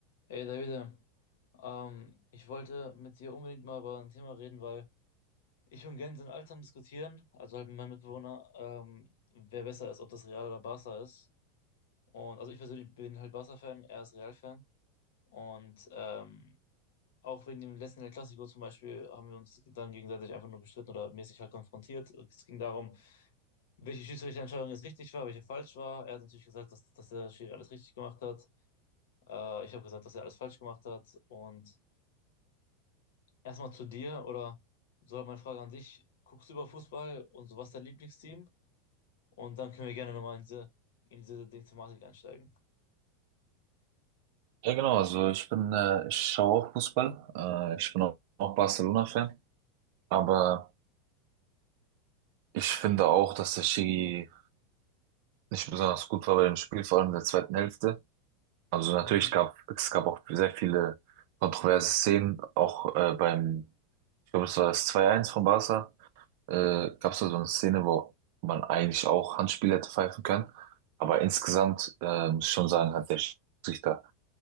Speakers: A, on the left (about 80°); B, on the right (about 50°).
A: Hey Davide, ähm, ich wollte mit dir unbedingt mal über ein Thema reden, weil ich und Gens sind alt am Diskutieren, also halt mit meinem Mitbewohner, ähm, wer besser ist, ob das Real oder Barca ist. Und also ich persönlich bin halt Barca-Fan, er ist Real-Fan. Und ähm, auch wegen dem letzten El Clasico zum Beispiel haben wir uns dann gegenseitig einfach nur gestritten oder mäßig halt konfrontiert. Es ging darum, welche Schiedsrichterentscheidung jetzt richtig war, welche falsch war. Er hat natürlich gesagt, dass, dass der Schiri alles richtig gemacht hat. Äh, ich habe gesagt, dass er alles falsch gemacht hat. Und Erstmal zu dir oder so halt meine Frage an dich. Guckst du über Fußball und so was ist dein Lieblingsteam? Und dann können wir gerne nochmal in diese, in diese Ding-Thematik einsteigen.
B: Ja, genau, also ich bin, äh, ich schaue auch Fußball. Äh, ich bin auch, auch Barcelona-Fan. Aber ich finde auch, dass der Schiri nicht besonders gut war bei dem Spiel, vor allem in der zweiten Hälfte. Also natürlich
A: Mhm.
B: gab es gab auch sehr viele kontroverse Szenen, auch äh, beim, ich glaube, es war das 2-1 von Barca. Äh, gab es da so eine Szene, wo man eigentlich auch Handspiel hätte pfeifen können. Aber insgesamt äh, muss ich schon sagen, hat der Schiedsrichter